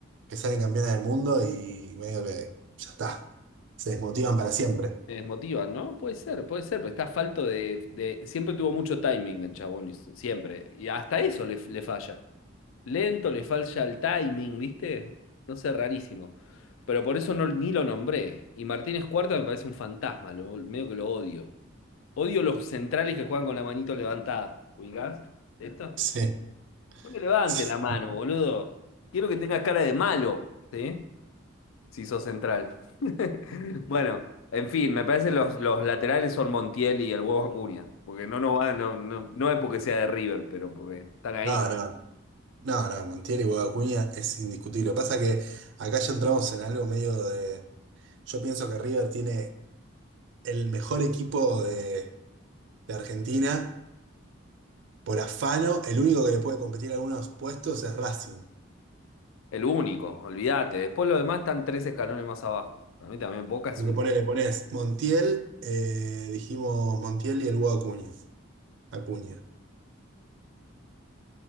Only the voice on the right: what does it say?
que salen campeones del mundo y medio que ya está. Se desmotivan para siempre.
<laughs> Sí.
Sí.
No, no. No, no, Montiel y Guado Acuña es indiscutible. Pasa que acá ya entramos en algo medio de. Yo pienso que River tiene el mejor equipo de, de Argentina por afano. El único que le puede competir a algunos puestos es Racing.
Porque
pone, le pones Montiel, eh, dijimos Montiel y el Guado Acuña. Acuña.